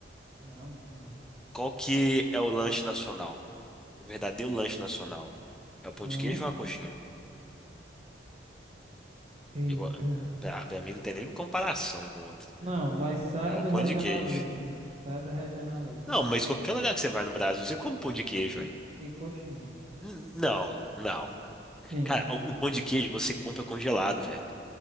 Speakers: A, on the right; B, in the centre.
A: Não, não, não.
B: Qual que é o lanche nacional? O verdadeiro lanche nacional? É o pão
A: Hum?
B: de queijo ou a coxinha?
A: Eita.
B: Eu, vou- pra, pra mim não tem nem comparação com o outro.
A: Não, mas saia
B: É o
A: do
B: pão
A: regionalismo.
B: de queijo.
A: Saia do regionalismo.
B: Não, mas qualquer lugar que você vai no Brasil, você come pão de queijo, velho.
A: E coxinha.
B: N- Não, não.
A: Sim.
B: Cara, o, o pão de queijo você compra congelado, velho.